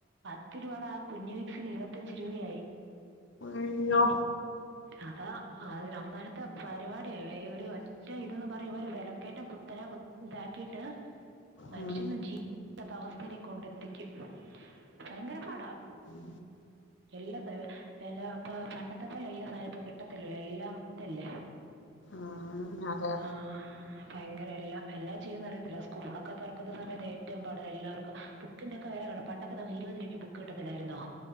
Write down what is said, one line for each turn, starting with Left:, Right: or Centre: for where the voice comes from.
Right: ഒത്തിരുപട കുഞ്ഞു വിക്സിന് ഇരുപത്തഞ്ച് രൂപയായി.
Left: അയ്യോ
Right: അതാ അ അങ്ങനത്തെ പരിപാടിയ വേ ഒരു പക്ഷേ ഇതന്ന് പറയും ഇവര് വിലക്കേറ്റം കുത്തനെ ഇതാക്കിയിട്ട് മനുഷ്യുന്
Left: ഉം
Right: ജീ അവസ്ഥയിലേക്ക് കൊണ്ടെത്തിക്കും ഭയങ്കര പാടാ-
Left: <inaudible>
Right: എല്ലാ <unintelligible> ഇപ്പ പണ്ടത്തെ പോലെ എല്ലാ സാധനം ഇപ്പ കിട്ടത്തില്ലല്ലോ എല്ലാത്തല്ലേ
Left: ഉം അതെ
Right: ആഹ് ഭയങ്കര എല്ലാം എല്ലാം ചെയ്യന്ന് അറിയത്തില്ല സ്കൂളൊക്കെ തുറക്കുന്ന സമയത്ത് ഏറ്റവും പാട് എല്ലാവർക്കും ബുക്കിന്റെ ഒക്കെ വെല കാണണം പണ്ടൊക്കെ ഒരു ഇരുപത് രൂപക്ക് ബുക്ക് കിട്ടത്തില്ലായിരുന്നോ?